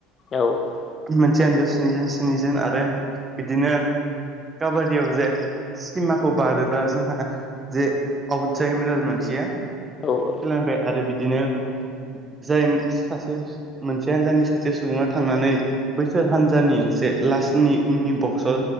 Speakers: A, on the left; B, on the right.
A: औ औ
B: मोनसे आनजायाव स्निजोन स्निजोन आरो बिदिनो काबादियाव जे सिमाखौ बारोबा जोंहा जे आवट जायोमोन आरो मानसिया
A: औ औ
B: सोलांबाय आरो बिदिनो जाय सासे मोनसे हनजानि सासे सुबुङा थांनानै बैसोर हानजानि जे लास्टनि उननि बक्स